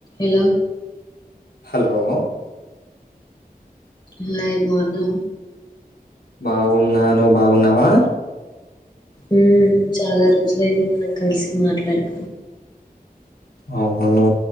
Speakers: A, on the left; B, on the left.
A: ఎలా
B: హలో
A: <inaudible> బాగుందా
B: బాగున్నా నువ్ బాగున్నావా?
A: మ్ చాలా రోజులైంది మిమ్మల్ని కలిసి మాట్లాడి
B: అవును